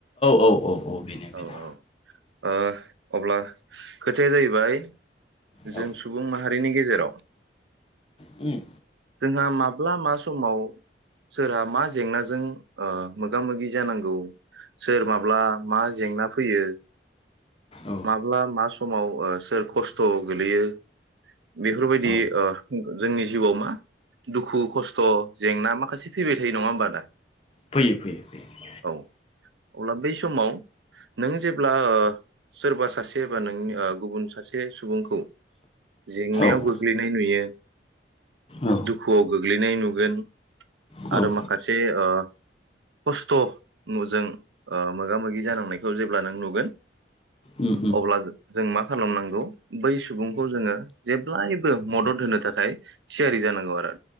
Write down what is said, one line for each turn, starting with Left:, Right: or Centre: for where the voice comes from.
Left: औ औ औ औ बेनो बेनो
Right: औ औ ओ अब्ला खोथाया जाहैबाय
Left: औ
Right: जों सुबुं माहारिनि गेजेराव
Left: उम
Right: जोंहा माब्ला मा समाव सोरहा मा जेंनाजों ओ मोगा मोगि जानांगौ सोर माब्ला मा जेंना फैयो।
Left: औ
Right: माब्ला मास समाव ओ सोर खस्थ' गोलैयो। बेफोर बायदि
Left: औ
Right: ओ जोंनि जिउआव मा दुखु खस्थ' जेंना माखासे फैबाय थायो नङा होमबा आदा
Left: फैयो फैयो फैयो
Right: औ अब्ला बै समाव नों जेब्ला ओ सोरबा सासे बबा नोंनि ओ गुबुन सासे सुबुंखौ जेंनायाव
Left: औ
Right: गोग्लैनाय नुयो।
Left: औ
Right: दुखुआव गोग्लैनाय नुगोन
Left: औ
Right: आरो माखासे ओ खस थ नजों ओ मोगा मोगि जानांनाय जेब्ला नों नुगोन
Left: उम
Right: अब्ला जों मा खालामनांगौ बै सुबुंखौ जोङो जेब्लायबो मदद होनो थाखाय। थियारि जानांगौ आरो